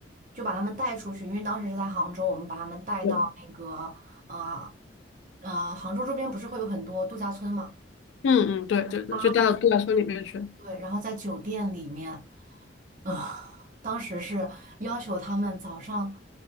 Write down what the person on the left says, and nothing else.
对。
嗯嗯，对对对，
就带到度假村里面去。哦，